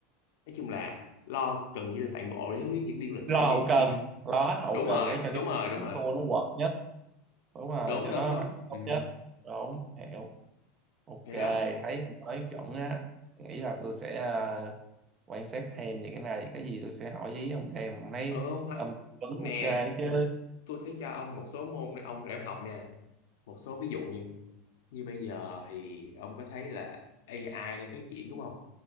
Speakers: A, on the left; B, on the right.
A: nói chung là lo gần như là toàn bộ để hướng dẫn viên du lịch
B: lo
A: có thể dẫn
B: hậu cần
A: chỉ
B: lo hết hậu
A: đúng
B: cần
A: rồi
B: để cho cái
A: đúng
B: team
A: rồi đúng
B: chúng
A: rồi
B: tôi nó hoạt nhất đúng rồi
A: đúng
B: cho
A: đúng
B: nó
A: đúng
B: hoạt động
A: ừ.
B: tốt nhất đúng hiểu ok
A: thì đó
B: thấy anh nói chuẩn á nghĩ là tôi sẽ à, quan sát thêm về cái này cái gì tôi sẽ hỏi ý ông thêm ông thấy
A: ừ, hoặc-
B: ông vẫn
A: nè
B: ok chứ
A: tôi sẽ cho ông một số môn để ông để ông học nha một số ví dụ như như bây giờ thì ông có thấy là AI đang phát triển đúng không